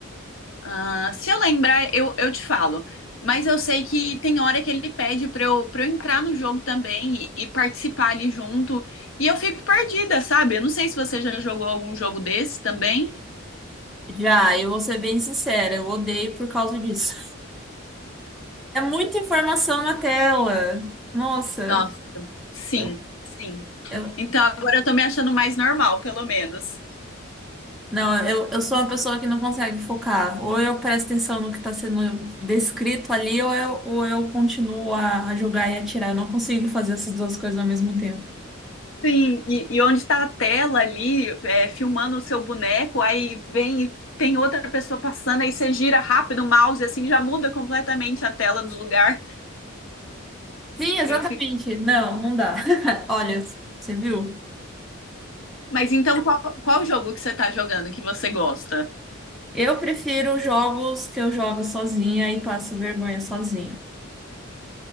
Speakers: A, on the left; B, in the centre.
A: Ah, se eu lembrar, eu, eu te falo. Mas eu sei que tem hora que ele pede pra eu, pra eu entrar no jogo também e, e participar ali junto. E eu fico perdida, sabe? Eu não sei se você já jogou algum jogo desse também.
B: Já, eu vou ser bem sincera, eu odeio por causa disso. É muita informação na tela. Nossa,
A: Nossa, sim,
B: eu,
A: sim.
B: eu,
A: Então agora eu tô me achando mais normal, pelo menos.
B: não, eu, eu sou uma pessoa que não consegue focar. Ou eu presto atenção no que está sendo descrito ali, ou eu, ou eu continuo a, a jogar e atirar. Eu não consigo fazer essas duas coisas ao mesmo tempo.
A: Sim, e, e onde está a tela ali, é, filmando o seu boneco, aí vem e tem outra pessoa passando, aí você gira rápido o mouse, assim, já muda completamente a tela do lugar.
B: Sim, exatamente.
A: Eu
B: Não, não dá. <laughs> Olha, você viu?
A: Mas então, qual, qual jogo que você tá jogando que você gosta?
B: Eu prefiro jogos que eu jogo sozinha e passo vergonha sozinha.